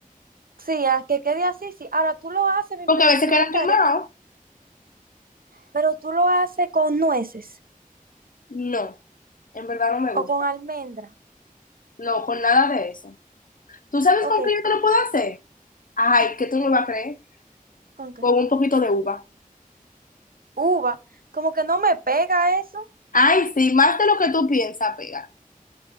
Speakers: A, on the right; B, on the left.
A: Sí, a que quede así, sí. Ahora, tú lo haces, mi
B: porque
A: pre-
B: a veces
A: pregunta
B: quedan quemados.
A: es, ¿pero tú lo haces con nueces
B: No, en verdad no me gusta.
A: o con almendra?
B: No, con nada de eso. ¿Tú sabes
A: Ok,
B: con qué yo te lo puedo hacer? Ay, que tú no me vas a creer.
A: ¿con qué?
B: Con un poquito de uva.
A: Uva. Como que no me pega eso.
B: Ay, sí, más de lo que tú piensas, pega.